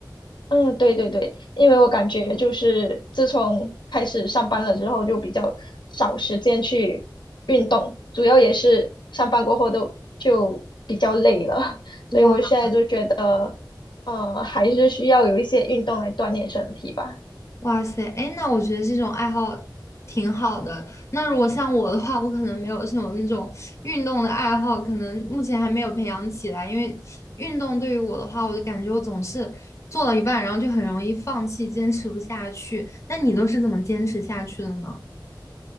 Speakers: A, on the left; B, on the left.
A: 嗯，对对对，因为我感觉就是自从开始上班了之后，就比较少时间去运动，主要也是上班过后都就比较累了，<laughs> 所以我现在就觉得，
B: 哇。
A: 呃，还是需要有一些运动来锻炼身体吧，
B: 哇塞，哎，那我觉得这种爱好挺好的。那如果像我的话，我可能没有像种那种运动的爱好，可能目前还没有培养起来。因为运动对于我的话，我就感觉我总是做到一半，然后就很容易放弃，坚持不下去。那你都是怎么坚持下去的呢？